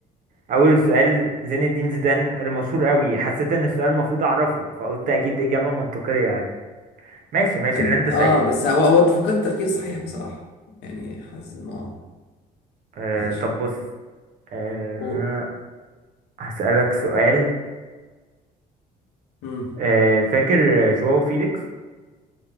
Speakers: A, on the right; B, on the left.
A: اول السؤال زين الدين زيدان المشهور قوي حسيت ان السؤال المفروض اعرفه فقلت اكيد اجابة منطقية يعني ماشي ماشي
B: أم-
A: اللي انت شايفه
B: آه بس هو هو فكرت تفكير صحيح بصراحة يعني حاسس إنه آه
A: آه
B: ماشي
A: طب بص آه
B: قول
A: هسألك سؤال
B: مم.
A: آه فاكر جواو فيليكس